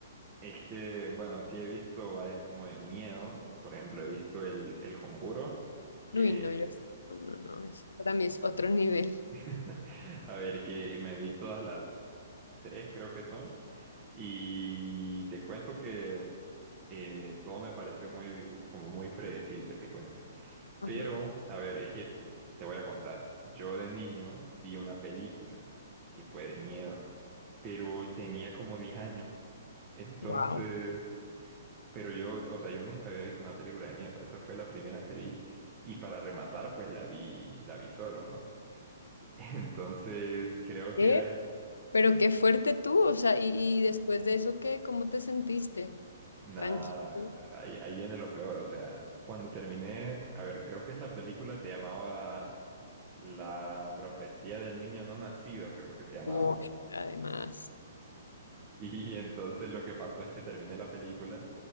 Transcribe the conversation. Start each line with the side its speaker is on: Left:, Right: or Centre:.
Right: es que, bueno, sí he visto varias como de miedo. Por ejemplo, he visto el, el Conjuro, que,
Left: Uy, no, yo no, no, no, eso para mí es otro nivel.
Right: <laughs> a ver, que me vi todas las tres, creo que son. Y te cuento que eh, todo me pareció muy, como muy predecible, te cuento.
Left: Ajá.
Right: Pero, a ver, es que te voy a contar. Yo de niño vi una película que fue de miedo, pero tenía como 10 años. Entonces,
Left: Wow.
Right: pero yo, o sea, yo nunca había visto una película de miedo. Esa fue la primera que vi. Y para rematar, pues la vi, la vi solo, ¿no? <laughs> Entonces, creo que
Left: ¿Qué?
Right: era es-
Left: Pero qué fuerte tú, o sea, y, y después de eso, ¿qué? ¿Cómo te sentiste?
Right: nada,
Left: Tranquilo.
Right: ahí, ahí viene lo peor. O sea, cuando terminé, a ver, creo que esa película se llamaba La profecía del niño no nacido, creo que se llamaba.
Left: Uy, además.
Right: Y entonces lo que pasó es que terminé la película